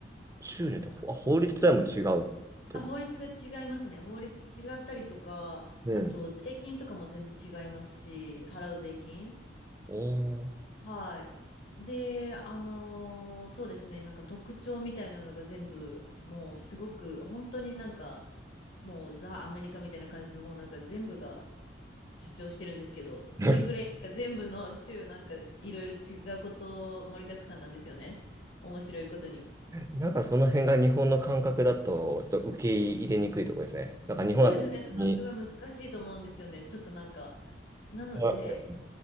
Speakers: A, on the right; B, on the left.
A: 州によってほあ法律自体も違うってこと。
B: あ、法律が違いますね。法律違ったりとか、
A: うん。
B: あと税金とかも全部違いますし、払う税金。
A: おー
B: はい。で、あのーそうですね、なんか特徴みたいなのが全部、もうすごく、本当になんか、もうザ・アメリカみたいな感じで、もうなんか全部が主張してるんですけど、っていうぐらい、
A: <laughs>
B: なんか全部の州、なんかいろいろ違うこと盛りだくさんなんですよね。面白いことに。
A: なんかその辺が日本の感覚だと、ちょっと受け入れにくいところですね。なんか日本だと、
B: そうですね、多分すごい難しいと思うんですよね。
A: に
B: ちょっとなんか、なので、
A: あうん